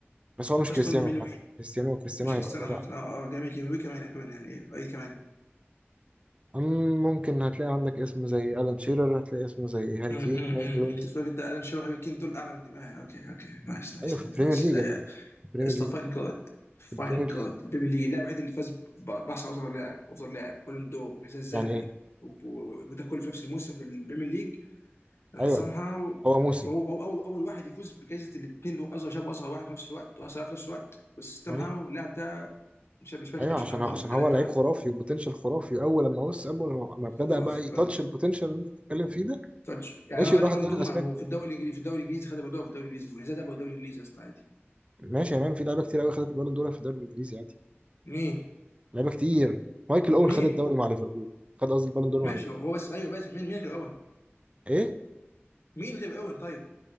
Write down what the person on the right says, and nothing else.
بس هو
مش كريستيانو
عامة كريستيانو كريستيانو
هيبقى
الرابع
أم ممكن هتلاقي عندك اسم زي ألان شيرر هتلاقي اسم زي هاري
كين
وين روني
أيوة في البريمير
ليج
يا دول في البريمير
ليج
في البريمير
ليج
يعني إيه
أيوة
هو موسم
أيوة
أيوة
عشان
هو عشان هو
لعيب
خرافي وبوتنشال خرافي أول لما وصل أول لما لما ابتدى
بقى يتاتش
البوتنشال اللي أنت بتتكلم فيه ده
ماشي
وراح
الدوري
الأسباني
ماشي يا مان في لعيبة كتير أوي خدت البالون دور في الدوري الإنجليزي عادي
لعيبة كتير مايكل أوين
خد الدوري مع ليفربول خد قصدي البالون دور
مع ليفربول
إيه